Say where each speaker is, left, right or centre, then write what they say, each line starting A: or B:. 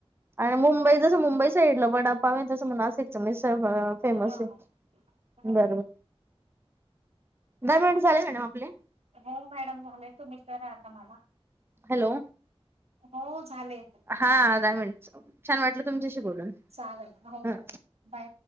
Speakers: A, on the right; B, on the right.
A: आणि मुंबई जसं मुंबई साईइडलं वडापाववे तं म्हण असे त म स फेमस
B: हा
A: आहे
B: हो
A: बरोबर दहा मिनट झाले मॅडम आपले
B: हो मॅडम झालं तुम्ही करा आता मला
A: हॅलो
B: हो झाले
A: हा दहा मिनिट छान वाटलं तुमच्याशी बोलून
B: चालेल हो
A: ह
B: बाय.